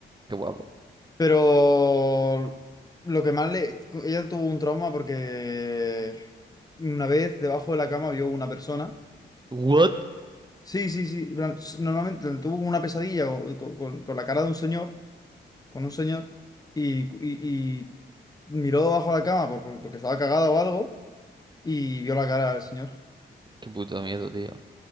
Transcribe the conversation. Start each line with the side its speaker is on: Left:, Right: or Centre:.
Right: Qué guapo.
Left: Pero lo que más le... Ella tuvo un trauma porque una vez debajo de la cama vio una persona.
Right: What?
Left: Sí, sí, sí. en plan, s- Normalmente tuvo como una pesadilla o- con, con- con la cara de un señor, con un señor, y, y- y miró debajo de la cama por- por- porque estaba cagada o algo y vio la cara del señor.
Right: Qué puto miedo, tío.